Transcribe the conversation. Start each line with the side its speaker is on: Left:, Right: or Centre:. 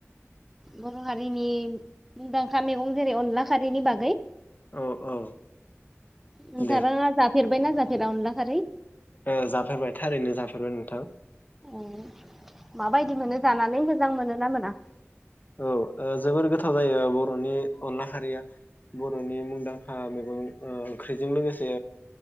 Centre: बर' हारिनि मुंदांखा मेगं जेरै अनला खारैनि बागै
Left: अ औ
Centre: नोंथाराङा
Left: दे
Centre: जाफ फेरबायना जाफेरा अनला खारै?
Left: ओ जाफेरबाय थारैनो जाफेरबाय नोंथां।
Centre: अ माबायदि मोनो? जानानै मोजां मोनोना मोना?
Left: औ ओ जोबोर गोथाव जायो बर'नि अनला खारिया। बर'नि मुंदांखा मैगं ओ ओंख्रिजों लोगोसे